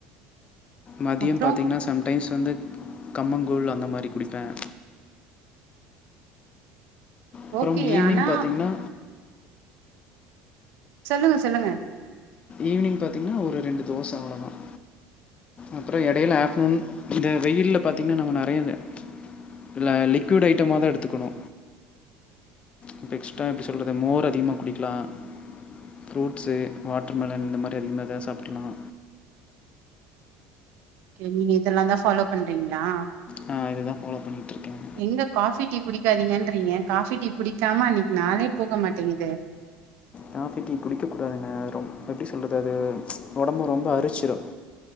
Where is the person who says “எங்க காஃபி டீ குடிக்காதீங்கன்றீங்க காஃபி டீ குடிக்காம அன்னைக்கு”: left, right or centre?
Right